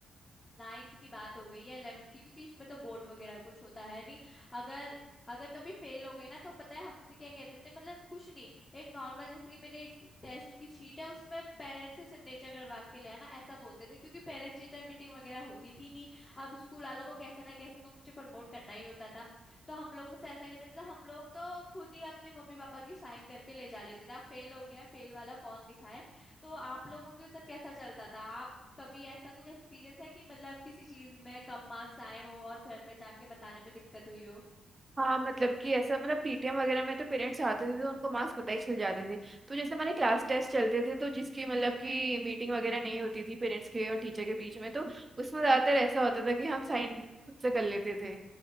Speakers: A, on the left; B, on the right.
A: नाइन्थ की बात हो गई या इलेवेंथ की क्योंकि इसमें तो बोर्ड वगैरह कुछ होता है नहीं अगर अगर कभी फेल हो गए ना तो पता है हमसे क्या कहते थे मतलब कुछ नहीं एक नॉर्मल जैसे कि मेरे टेस्ट की शीट है उसमें पेरेंट्स से सिग्नेचर करवा के ले आना ऐसा बोलते थे क्योंकि पेरेंट्स टीचर मीटिंग वगैरह होती थी नहीं अब स्कूल वालों को कैसे ना कैसे तो मुझे प्रमोट करना ही होता था तो हम लोगों से ऐसा कहते थे हम लोग तो खुद ही अपने मम्मी पापा की साइन करके ले जा लेते थे अब फेल हो गया फेल वाला कौन दिखाए तो आप लोगों के उधर कैसा चलता था आप कभी ऐसा कुछ एक्सपीरियंस है कि मतलब किसी चीज में कम मार्क्स आए हो और घर में जाके बताने में दिक्कत हुई हो
B: हाँ मतलब कि ऐसा मतलब पीटीएम वगैरह में तो पेरेंट्स आते थे तो उनको मार्क्स पता ही चल जाते थे तो जैसे हमारे क्लास टेस्ट चलते थे तो जिसकी मतलब कि मीटिंग वगैरह नहीं होती थी पेरेंट्स के और टीचर के बीच में तो उसमें ज्यादातर ऐसा होता था कि हम साइन खुद से कर लेते थे